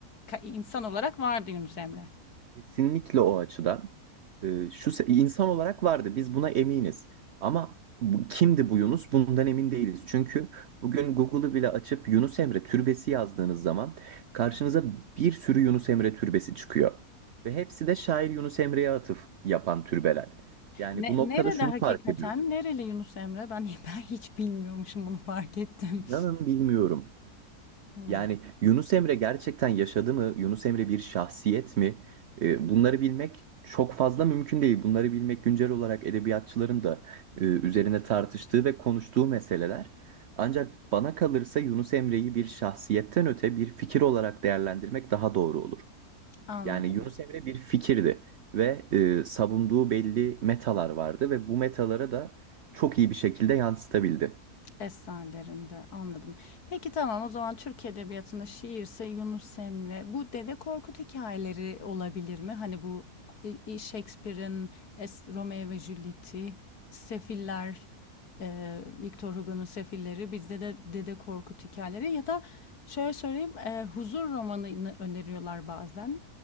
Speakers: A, on the left (about 85°); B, on the right (about 55°).
A: ka- insan olarak vardı Yunus Emre?
B: Kesinlikle o açıdan. Ee, şu se- insan olarak vardı. Biz buna eminiz. Ama bu, kimdi bu Yunus? Bundan emin değiliz. Çünkü bugün Google'ı bile açıp Yunus Emre türbesi yazdığınız zaman karşınıza bir sürü Yunus Emre türbesi çıkıyor. Ve hepsi de şair Yunus Emre'ye atıf yapan türbeler. Yani
A: Ne,
B: bu noktada
A: nerede
B: şunu
A: hakikaten?
B: fark ediyoruz.
A: Nereli Yunus Emre? Ben, <laughs> ben hiç bilmiyormuşum bunu fark ettim.
B: İnanın bilmiyorum.
A: Hmm,
B: Yani Yunus Emre gerçekten yaşadı mı? Yunus Emre bir şahsiyet mi? E, bunları bilmek çok fazla mümkün değil. Bunları bilmek güncel olarak edebiyatçıların da e, üzerine tartıştığı ve konuştuğu meseleler. Ancak bana kalırsa Yunus Emre'yi bir şahsiyetten öte bir fikir olarak değerlendirmek daha doğru olur.
A: anladım.
B: Yani Yunus Emre bir fikirdi ve e, savunduğu belli metalar vardı ve bu metalara da çok iyi bir şekilde yansıtabildi.
A: Eserlerinde anladım. Peki tamam o zaman Türk Edebiyatı'nda şiirse Yunus Emre. Bu Dede Korkut hikayeleri olabilir mi? Hani bu e, e, Shakespeare'in Es- Romeo ve Juliet'i, Sefiller, e, Victor Hugo'nun Sefilleri, bizde de Dede Korkut hikayeleri ya da şöyle söyleyeyim e, Huzur romanını öneriyorlar bazen.